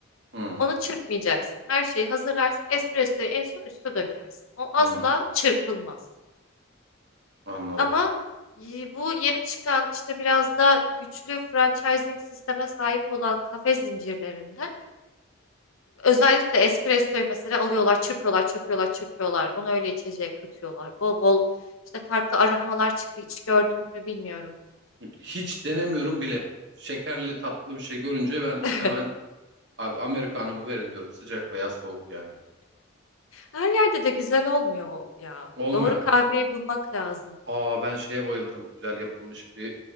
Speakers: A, on the right; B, on the left.
A: hı,
B: Onu çırpmayacaksın. Her şeyi hazırlarsın. Espressoyu en son üste dökersin. O asla
A: hı.
B: çırpılmaz.
A: Anladım.
B: Ama y- bu yeni çıkan işte biraz da güçlü franchising sisteme sahip olan kafe zincirlerinde Özellikle espressoyu mesela alıyorlar, çırpıyorlar, çırpıyorlar, çırpıyorlar. Onu öyle içeceğe katıyorlar. Bol bol işte farklı aromalar çıktı. Hiç gördün mü bilmiyorum.
A: Hiç denemiyorum bile. Şekerli tatlı bir şey görünce ben
B: <laughs>
A: hemen abi Americano'mu verin diyorum. Sıcak veya soğuk yani.
B: Her yerde de güzel olmuyor o ya.
A: Olmuyor.
B: Doğru kahveyi bulmak lazım.
A: Aa ben şeye bayılırım. Güzel yapılmış bir